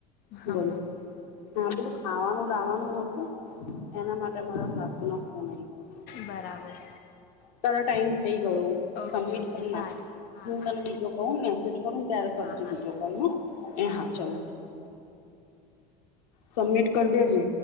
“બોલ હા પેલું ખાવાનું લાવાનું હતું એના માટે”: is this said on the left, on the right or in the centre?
Left